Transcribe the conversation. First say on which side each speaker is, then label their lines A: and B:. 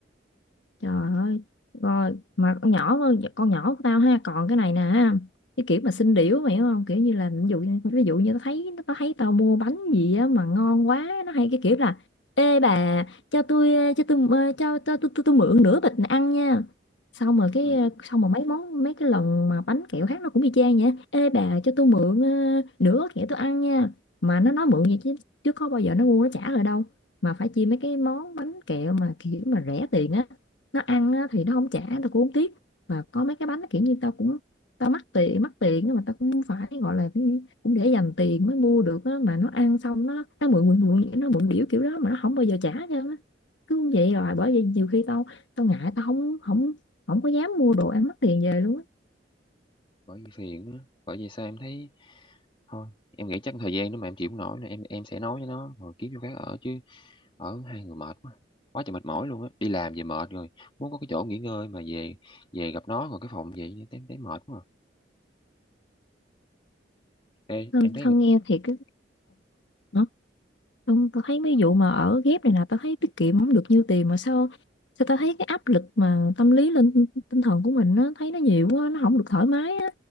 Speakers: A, on the left; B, on the left.
A: Trời ơi, rồi mà con nhỏ hơn con nhỏ của tao ha, còn cái này nè, ha, cái kiểu mà xinh điểu mày hiểu không? Kiểu như là ví dụ như ví dụ như nó thấy nó thấy tao mua bánh gì á mà ngon quá, nó hay cái kiểu là ê bà cho tôi ờ, cho tôi ờ, cho cho tôi tôi, tôi mượn nửa bịch này ăn nha. Xong rồi cái
B: ừ.
A: ờ, xong rồi mấy món mấy cái lần mà bánh kẹo khác nó cũng y chang vậy. Ê bà cho tôi mượn ờ, nửa gói kẹo tôi ăn nha. Mà nó nói mượn vậy chứ chứ có bao giờ nó mua nó trả rồi đâu. Mà phải chi mấy cái món bánh kẹo mà kiểu mà rẻ tiền á nó ăn á, thì nó không trả tao cũng không tiếc và có mấy cái bánh nó kiểu như tao cũng tao mắc tiền mắc tiền nhưng mà tao cũng phải gọi là cái gì, cũng để dành tiền mới mua được á mà nó ăn xong nó nó mượn mượn mượn nó mượn điểu kiểu đó mà nó không bao giờ trả cho nó cứ như vậy rồi bởi vậy nhiều khi tao tao ngại tao không không không có dám mua đồ ăn mắc tiền về luôn á
B: bởi vì phiền á bởi vì sao em thấy thôi em nghĩ chắc thời gian nếu mà em chịu không nổi nữa em em sẽ nói với nó rồi kiếm chỗ khác ở chứ ở hai người mệt quá quá trời mệt mỏi luôn á đi làm về mệt rồi muốn có cái chỗ nghỉ ngơi mà về về gặp nó rồi cái phòng vậy em thấy mệt quá à. Ê,
A: thân,
B: em thấy
A: thân
B: người
A: nghe thiệt cái ờ, Không, tao thấy mấy vụ mà ở ghép này nè tao thấy tiết kiệm không được nhiêu tiền mà sao sao tao thấy cái áp lực mà tâm lý lên tinh tinh thần của mình nó thấy nó nhiều quá nó không được thoải mái á